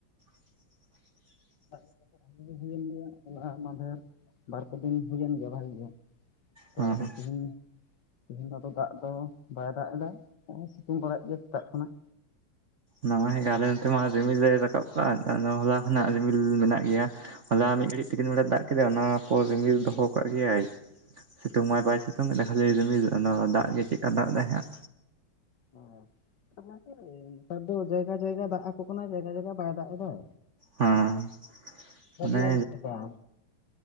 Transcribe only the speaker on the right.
<inaudible>
ᱦᱮᱸ
ᱱᱚᱼᱚᱭ ᱟᱞᱮ ᱱᱚᱛᱮ ᱢᱟ ᱨᱤᱢᱤᱞ ᱞᱮ ᱨᱟᱠᱟᱵ ᱠᱟᱜᱼᱟ ᱟᱫᱚ ᱦᱚᱞᱟ ᱠᱷᱚᱱᱟᱜ ᱨᱤᱢᱤᱞ ᱢᱮᱱᱟᱜ ᱜᱮᱭᱟ᱾ ᱦᱚᱞᱟ ᱢᱤᱫ ᱜᱷᱟᱹᱲᱤᱡ ᱛᱤᱠᱤᱱ ᱵᱮᱲᱟ ᱫᱟᱜ ᱠᱮᱫᱟ ᱚᱱᱟ ᱯᱚᱨ ᱨᱤᱢᱤᱞ ᱫᱚᱦᱚ ᱠᱟᱜ ᱜᱮᱭᱟ-ᱭ᱾ ᱥᱤᱛᱩᱝ ᱢᱟ ᱵᱟᱭ ᱥᱤᱛᱩᱝ ᱠᱟᱫᱟ ᱠᱷᱟᱹᱞᱤ ᱨᱤᱢᱤᱞ ᱟᱨ ᱱᱚᱣᱟ ᱫᱟᱜ ᱜᱮ ᱪᱮᱫ ᱞᱮᱠᱟ ᱫᱟᱜ ᱮᱫᱼᱟ ᱦᱟᱸ᱾
ᱦᱟᱸ ᱢᱟᱱᱮ